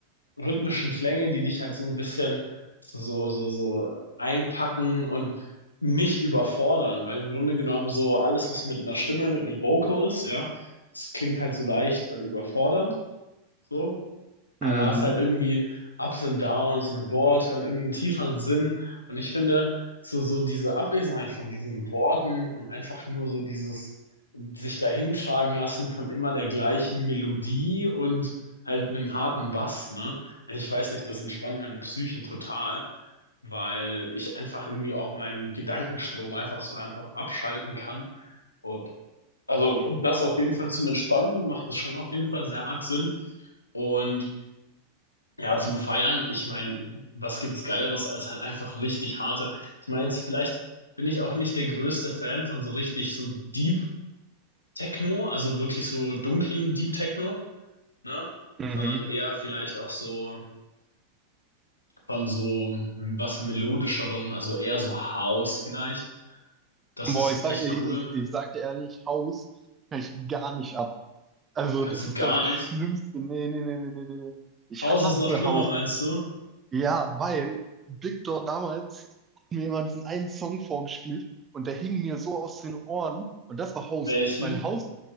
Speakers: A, on the left; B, on the right.
A: rhythmischen Klänge, die dich halt so ein bisschen so, so, so einpacken und nicht überfordern, weil im Grunde genommen so alles, was mit einer Stimme, mit einem Vocal ist, ja, das klingt halt so leicht äh, überfordernd, so.
B: Mhm,
A: Dann hast du halt irgendwie Ups und Downs und Worte und irgendwie einen tieferen Sinn. Und ich finde, so, so diese Abwesenheit von diesen Worten und einfach nur so dieses sich dahintragen lassen von immer der gleichen Melodie und halt einem harten Bass, ne? Ich weiß nicht, das entspannt meine Psyche total, weil ich einfach irgendwie auch meinen Gedankenstrom einfach so einfach abschalten kann. Und also um das auf jeden Fall zum Entspannen macht das schon auf jeden Fall sehr arg Sinn. Und ja, zum Feiern, ich meine, was gibt's Geileres als halt einfach richtig harte. Ich meine, jetzt vielleicht bin ich auch nicht der größte Fan von so richtig so Deep Techno, also wirklich so dunklen Deep Techno, ne?
B: mhm.
A: Sondern eher vielleicht auch so von so was melodischerem, also eher so House vielleicht. Das
B: Boah,
A: ist
B: ich sag,
A: echt
B: ich,
A: cool.
B: ich, ich sag dir ehrlich, Haus kann ich gar nicht ab. Also
A: Kannst
B: das
A: du
B: ist,
A: gar
B: glaube ich, die
A: nicht.
B: schlimmste. Nee, nee, nee, nee, nee, nee. nee. Ich
A: House
B: hasse
A: ist noch schlimmer,
B: Haus.
A: meinst du?
B: Ja, weil Big damals hat mir immer diesen einen Song vorgespielt und der hing mir so aus den Ohren und das war House,
A: Welchen?
B: weil House